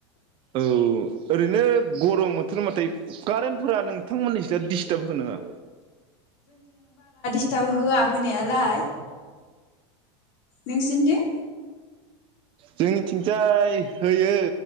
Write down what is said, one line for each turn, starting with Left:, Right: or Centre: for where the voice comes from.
Right: औ ओरैनो गरम बोथोरबाथाय कारेन्टफोरा नोंथांमोननि जा दिस्टार्ब होगोना होआ?
Left: दिस्तार्ब होआ होनायालाय। नोंसिनिथिं
Right: जोंनिथिंजाय होयो